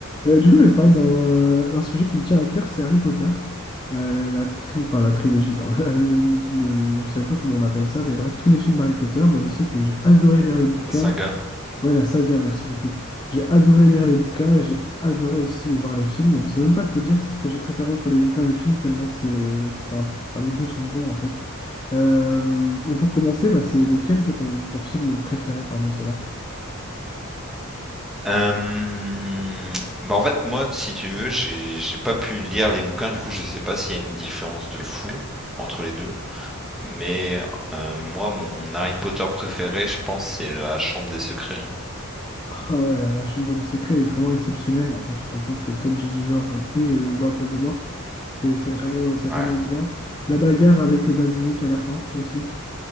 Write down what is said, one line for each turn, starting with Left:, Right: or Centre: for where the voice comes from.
Left: Euh, du coup, je vais te parler d'un d'un sujet qui me tient à cœur, c'est Harry Potter. Euh, la, la tri- enfin, la trilogie, non, <laughs> le, le- je sais même pas comment on appelle ça, mais bref, tous les films Harry Potter, moi je sais que j'ai adoré lire les bouquins.
Centre: La saga.
Left: Ouais, la saga, merci beaucoup. J'ai adoré lire les bouquins et j'ai adoré aussi voir les films. Je sais même pas te dire ce que j'ai préféré entre les bouquins et les films, tellement c'est, euh, c'est un- enfin, les deux sont bons en fait. Euh, et pour commencer, bah, c'est lequel, toi, ton, ton film préféré parmi ceux-là?
Centre: Euh, Bah en fait, moi, si tu veux, j'ai j'ai pas pu lire les bouquins, du coup, je sais pas s'il y a une différence de fou entre les deux. Mais euh, moi, mon Harry Potter préféré, je pense, c'est la Chambre des Secrets. hein.
Left: Ah ouais, la, la Chambre des Secrets est vraiment exceptionnelle là, quand tu te rends compte que Tom Jedusor euh, et euh, Lord Voldemort, c'est c'est vraiment, euh, c'est vraiment
Centre: Ouais.
Left: bien. La bagarre avec le basilic à la fin aussi.